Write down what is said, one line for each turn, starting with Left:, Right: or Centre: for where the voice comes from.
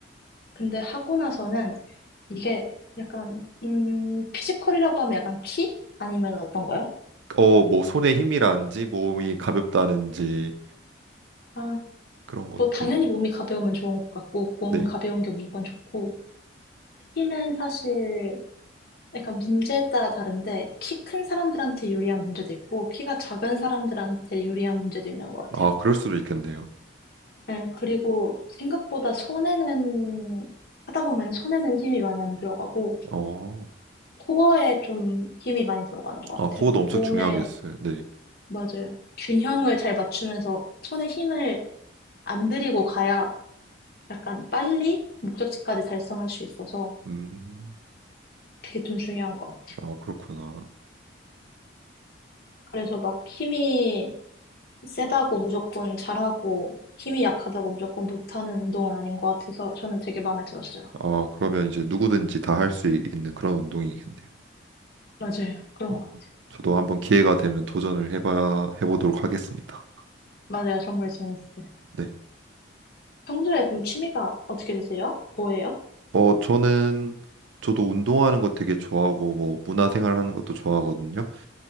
Left: 근데 하고 나서는 이게 약간, 음, 피지컬이라고 하면 약간 키? 아니면 어떤 거요?
Right: 어, 뭐 손에 힘이라는지 몸이 가볍다는지
Left: 아,
Right: 그런 것들.
Left: 뭐 당연히 몸이 가벼우면 좋은 것 같고, 몸은
Right: 네.
Left: 가벼운 게 무조건 좋고, 키는 사실 약간 문제에 따라 다른데, 키 큰 사람들한테 유리한 문제도 있고, 키가 작은 사람들한테 유리한 문제도 있는 것 같아요.
Right: 아, 그럴 수도 있겠네요.
Left: 네, 그리고 생각보다 손에는, 하다 보면 손에는 힘이 많이 안 들어가고,
Right: 어.
Left: 코어에 좀 힘이 많이 들어가는 것
Right: 아, 그것도
Left: 같아요.
Right: 엄청
Left: 몸에,
Right: 중요하겠어요. 네.
Left: 맞아요. 균형을 잘 맞추면서 손에 힘을 안 들이고 가야 약간 빨리 목적지까지 달성할 수 있어서
Right: 음.
Left: 그게 좀 중요한 것 같아요.
Right: 아, 그렇구나.
Left: 그래서 막 힘이 세다고 무조건 잘하고, 힘이 약하다고 무조건 못하는 운동은 아닌 것 같아서 저는 되게 마음에 들었어요.
Right: 아, 그러면 이제 누구든지 다 할 수 있는 그런 운동이겠네요.
Left: 맞아요. 그런
Right: 어.
Left: 것 같아요.
Right: 저도 한번 기회가 되면 도전을 해봐 해보도록 하겠습니다.
Left: 맞아요. 정말 재밌어요.
Right: 네.
Left: 평소에 그럼 취미가 어떻게 되세요? 뭐예요?
Right: 어, 저는 저도 운동하는 거 되게 좋아하고 뭐 문화생활 하는 것도 좋아하거든요.